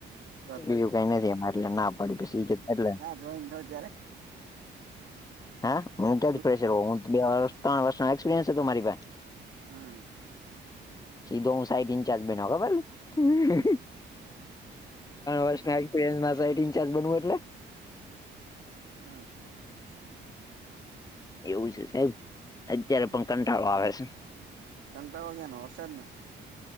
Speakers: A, on the right (about 70°); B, on the left (about 20°).
A: તો
B: બીજું કઈ નથી એમાં એટલે ના પડ્યું પછી કે એટલે
A: જોઈને થયો ત્યારે
B: હા હું ક્યાં
A: તું
B: જ ફેશર હું બે ત્રણ વર્ષ ન એક્સપિરયન્સ હતો મારી પાસે
A: હમ
B: સીધો હું સાઈનિગ ઇચાર્જ બનાવું ખબર તણ
A: હમ
B: વર્ષ ના એક્સપિરિયન્સ મા સાઈનિગચાર્જ બનાવું એટલે
A: હમ
B: એવું છે સાહેબ અત્યારે પણ કંટાળો આવે છે.
A: કંટાળો શેનો આવે વરસાદ નો